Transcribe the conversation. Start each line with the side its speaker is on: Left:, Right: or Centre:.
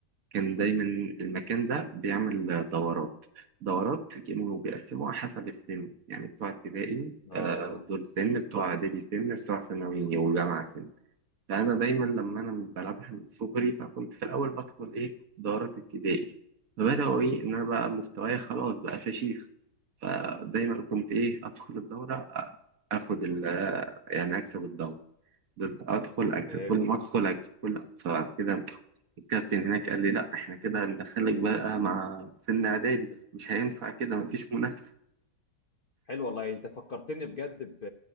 Right: كان دايما المكان ده بيعمل دورات دورات كانوا بيقسموها حسب السن يعني بتوع ابتدائي
Left: اه
Right: آه، دول سن بتوع اعدادي سن بتوع ثانوي وجامعه سن فانا دايما لما انا بلعبها من صغري فكنت في الاول بدخل ايه دورات ابتدائي فبداوا ايه ان انا بقى مستواي خلاص بقى فشيخ فدايما كنت ايه ادخل الدوره اخد ال يعني اكسب الدوره بس ادخل اكسب
Left: فهمت
Right: كل ما ادخل اكسب كل فبعد كده الكابتن هناك قال لي لا احنا كده هندخلك بقى مع سن اعدادي مش هينفع كده مفيش منافسه
Left: حلو والله انت فكرتني بجد ب